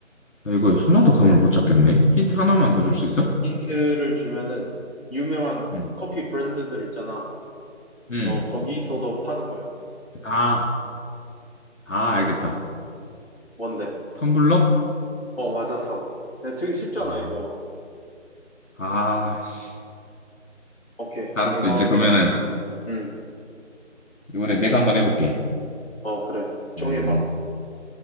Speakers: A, on the left (about 80°); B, on the left (about 50°).
A: 나 이거 하나도 감을 못 잡겠네. 힌트 하나만 더 줄 수 있어?
B: 힌트를 주면은, 유명한
A: 응,
B: 커피 브랜드들 있잖아.
A: 응.
B: 어, 거기서도 파는 거야.
A: 아, 아, 알겠다.
B: 뭔데?
A: 텀블러?
B: 어, 맞았어. 야, 되게 쉽잖아,
A: 아,
B: 이거.
A: 아, 씨.
B: 오케이.
A: 알았어.
B: 이번엔,
A: 이제 그러면은
B: 음,
A: 이번에 내가 한번 해볼게.
B: 어, 그래. 정해봐.
A: 음,